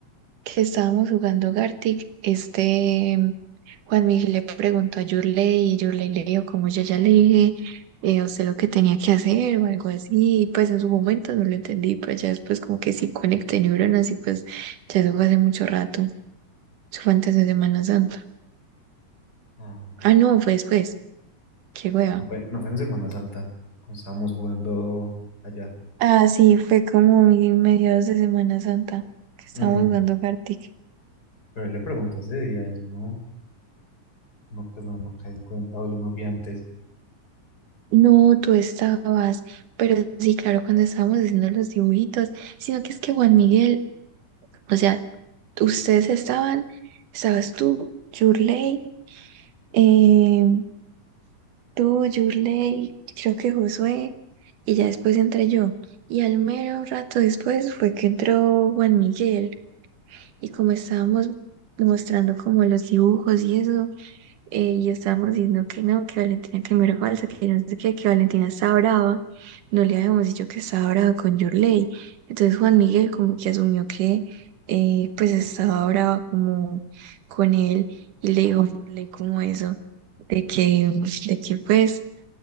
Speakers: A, on the right; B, on the left.
A: que estábamos jugando Gartic, este Juan Miguel le preguntó a Yurley y Yurley le dijo como yo ya le dije, eh, a usted lo que tenía que hacer o algo así, y pues en su momento no lo entendí, pero ya después como que sí conecté neuronas y pues ya eso fue hace mucho rato, eso fue antes de Semana Santa.
B: Ah,
A: Ah, no, fue después. Qué hueva.
B: no fue, no fue en Semana Santa, cuando estábamos jugando allá.
A: Ah, sí, fue como mi mediados de Semana Santa que estábamos
B: Mm,
A: jugando Gartic.
B: Pero él le preguntó ese día, yo no, no, pues no, no caí en cuenta o yo me fui antes.
A: No, tú estabas, pero sí, claro, cuando estábamos haciendo los dibujitos, sino que es que Juan Miguel, o sea, ustedes estaban, estabas tú, Yurley, eh, tú, Yurley, creo que Josué, y ya después entré yo. Y al mero rato después fue que entró Juan Miguel. Y como estábamos mostrando como los dibujos y eso, eh, y estábamos diciendo que no, que Valentina primero falsa, que no sé qué, que Valentina estaba brava, no le habíamos dicho que estaba brava con Yurley. Entonces Juan Miguel como que asumió que eh, pues estaba brava como con él y le dijo a Yurley como eso, de que, de que pues,